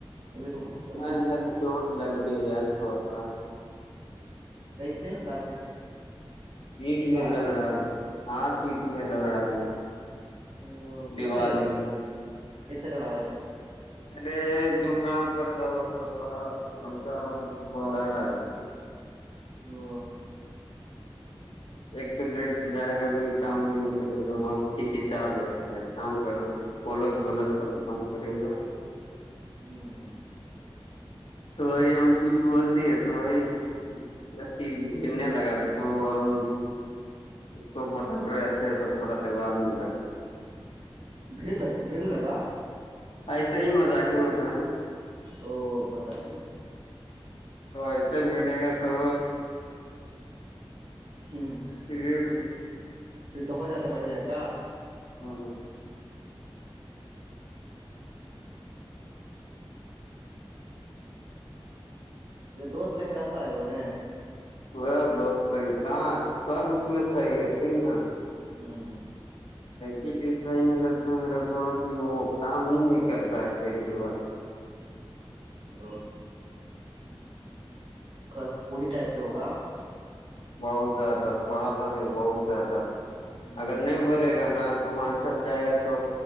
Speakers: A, on the right (about 85°); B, on the left (about 80°).
A: ابھی تو ابھی تو
B: آج یار چوٹ لگ گیا یار تھوڑا سا
A: کیسے کا چیز
B: سیٹ
A: کا
B: میں لگڑا گیا ہاں سیٹ میں لگڑا گیا
A: ا کسری
B: دیوال میں
A: کسریولگ
B: ارے جو کام کرتا ہو خرا تو کا با ڈال
A: ہو
B: ایک تو لیٹ تو جائے گا اب کام بھی نہیں کرے گا وہاں سے ک کھیچا رہتا ہے کام کرو بولت بولت سب کام کرے گا
A: ہوں
B: تو بھائی ہم کچھ بول دیے تو بھائی ب گڑنے لگا تو تو ہم اس کو بٹا کر رہے تھے تو تھوڑا دیوار میں
A: اڑ ل بھیڑ لگا
B: ایسے ہی مزاق مزہ
A: او مضک
B: وہ ات بھی نہیں گ تو
A: ہوں
B: ج
A: پھر تو ہو جاتا بڑھیا کا
B: ہ ہاں
A: دوست لے کے رہتا ہے وہ ن
B: با دوست ہاں سب کچھ میں صحیح ہے ٹھیک نا
A: ہاں
B: ہی چیز تو نہیں لگتا میرے کو کہ وہ کام ہی نہیں کر رہا ہے صحیح سے بس
A: ا تھوڑا سا کو ٹائپ کا ہوگا
B: بہت زیادہ تھوڑا سا نہیں بہت زیادہ
A: ہ
B: اگر نہیں بولے گا نا تو وہاں چل جائے گا تو